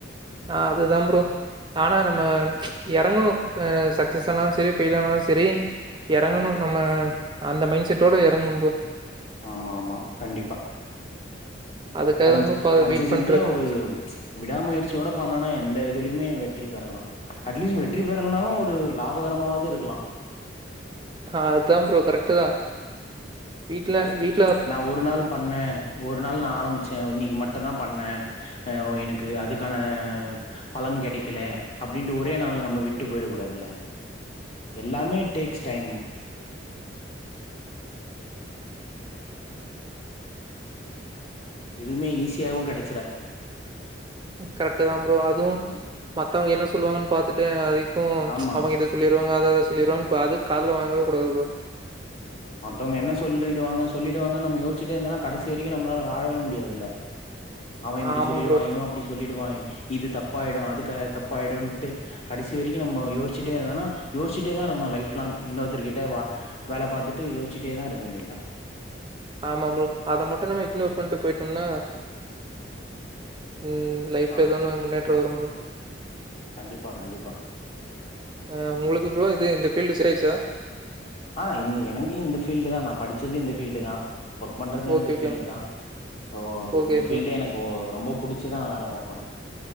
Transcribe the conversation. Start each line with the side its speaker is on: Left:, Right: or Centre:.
Right: ஆஹ் அது தா ப்ரோ நானு ரொம் <unintelligible> எறங்கணு ஆஹ் சக்சஸ் ஆனாலு செரி, பெயில் ஆனாலு செரி எறங்கணு
Left: ம்
Right: நம்ம அந்த மைண்ட் செட்டோட எறங்கணு ப்ரோ.
Left: ஆமாமா கண்டிப்பா
Right: அதுக்காக
Left: கன்ச்
Right: தான் ப்ரோ பாத
Left: கன்ஸிஸ்டென்ஸியா
Right: வெயிட் பண்ட்ருக்கே
Left: ஒரு ப்ச் விடாமுயற்சியோட பண்ணுனா எ எந்த இதுலயுமே வெற்றி பெறலா அட்லீஸ்ட் வெற்றி பெறலனாலு ஒரு லாபகரமாவது இருக்கலா
Right: ஆஹ் அதா ப்ரோ கரெக்ட் தா. வீட்ல வீட்
Left: ப்ச் நா ஒரு நாள் பண்ண, ஒரு நாள் நா ஆரம்பிச்ச இன்னிக்கு மட்டுந்தா பண்ண அஹ் எனக்கு அதுக்கான பலன் கெடக்கல அப்டின்ட்டு ஒரே நாள்ல நம்ம விட்டு போய்டக் கூடாதுல்ல. எல்லாமே டேக்ஸ் டைம் எதுமே ஈஸியாவு கெட
Right: கரெக்ட்டுதான் ப்ரோ அதுவு
Left: ம்
Right: மத்தவங்க என்ன சொ சொல்லுவாங்கனு பாத்துட்டே அதை ம்
Left: ஆமா
Right: அவங்க இத சொல்லிருவாங்க அத அத சொல்லிருவாங்னு
Left: ஆம்
Right: பாத்துட் காதுல வாங் காகக் கூடாது ப்ரோ
Left: மத்தவங்க என்ன சொல்லிடுவாங்க, சொல்லிடுவாங்கன் நம்ம யோச்சிட்டே இருந்தன்னா கடைசி வரைக்கு நம்மளால வாழவே முடியாதுல்ல. அவெ இப்டி
Right: ஆமா
Left: சொல்லிடுவா,
Right: ப்ரோ
Left: இவெ அப்டி சொல்லிடுவாய் இது தப்பாயிடு அதுக்கு தப்பாயிடுன்ட்டு கடைசி வரைக்கு நம்மொ யோசிச்சிட்டே இருந்தன்னா யோசிச்சிட்டேதா இருக்கணு லைஃப் லாங் இன்னொருத்தர்கி ட்ட வ வேல பாத்துட் ன்ட்டு யோசிச்சிட்டேதா இருக்க வேண்டியதா.
Right: ஆமாம் ப்ரோ, அத மட்டு நம்ம இக்னோர் பண்ட்டு போய்ட் டொம்ன்னா ம் லைஃப்ல
Left: ஆமா
Right: எதோ ஒண்ணு முன்னேற்றம் வரும் ப்ரோ.
Left: கண்டிப்பா கண்டிப்பா
Right: ஆ ஒங்களுக்கு ப்ரோ இது இந்த ஃபீல்ட் சரி ஆயிருச்சா
Left: ஆஹ் இந்த எனக்கு இந்த ஃபீல்டுதா நா படிச்சது இந்த ஃபீல்டுதா ஒர்க் பண்றதே
Right: ஓகே
Left: இந்த ஃபீல்டு
Right: ஓகே ப்ரோ
Left: தா. ஸோ
Right: ஓகே
Left: இந்த ஃபீல்டு
Right: ப்ரோ
Left: எனக்கு ஒ ரொம்பொ புடிச்சிதா நா வேல பாப்பே